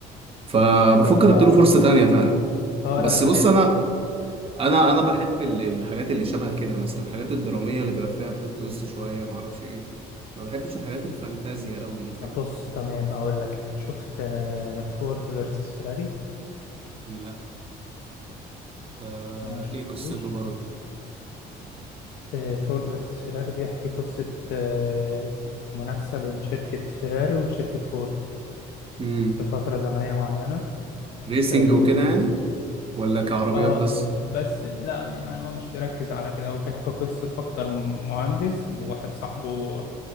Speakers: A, on the right; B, on the left.
A: فبفكر
B: طب
A: اديله
B: اه
A: فرصة تانية فعلا
B: آه،
A: بس
B: لا لا
A: بص
B: هيعجبك
A: انا انا انا بحب ال- الحاجات اللي شبه كده مثلا الحاجات الدراميه اللي بيبقى فيها بلوت تويست شويه ما اعرفش ايه ما بحبش الحاجات الفانتازيا قوي دي فاهم
B: طب بص تمام اقول لك انا شفت آه، فورد فيرسس فيراري
A: لا ده
B: ما شفتوش
A: ايه قصته برضه
B: آه، فورد فيرسس فيراري بيحكي قصة آه، منافسة بين شركة فيراري وشركة فورد
A: امم
B: في فترة زمنية معينة
A: ريسنج
B: آه،
A: وكده يعني ولا كعربيات
B: اه
A: بس
B: بس لا يعني هو مش بيركز على كده هو بيحكي قصة أكتر مهندس وواحد صاحبه